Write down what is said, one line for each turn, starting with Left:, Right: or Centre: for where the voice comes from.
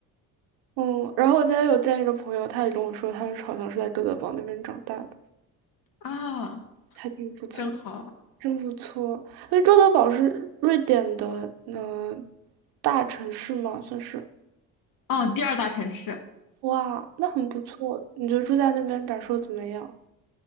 Right: 嗯，然后我今天有见一个朋友，他也跟我说，他是好像是在周德堡那边长大的，
Left: 啊，
Right: 还挺不错，
Left: 真好。
Right: 真不错。因为周德堡是瑞典的，呃，大城市嘛，算是，
Left: 啊，第二大城市。
Right: 哇，那很不错。你觉得住在那边感受怎么样？